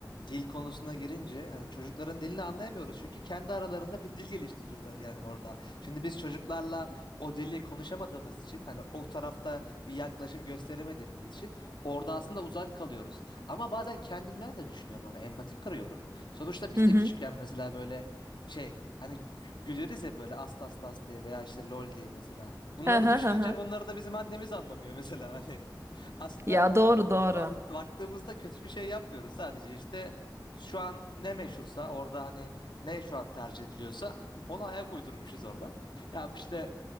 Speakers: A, on the left (about 80°); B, on the right (about 35°).
A: dil konusuna girince yani çocukların dilini anlayamıyoruz çünkü kendi aralarında bir dil geliştiriyorlar yani orada. Şimdi biz çocuklarla o dili konuşamadığımız için hani o tarafta bir yaklaşım gösteremediğimiz için orada aslında uzak kalıyoruz. Ama bazen kendimden de düşünüyorum hani empati kırıyorum. Sonuçta biz
B: Hı
A: de
B: hı.
A: küçükken mesela böyle şey hani gü- güleriz ya böyle as tas tas diye veya işte lol diye mesela. Bunları
B: Hı hı
A: düşününce
B: hı hı.
A: bunları da bizim annemiz anlamıyor mesela hani. <laughs> Aslında
B: Ya doğru doğru.
A: bak, baktığımızda kötü bir şey yapmıyoruz. Sadece işte şu an ne meşhursa orada hani ne şu an tercih ediliyorsa <laughs> ona ayak uydurmuşuz orada. Ya işte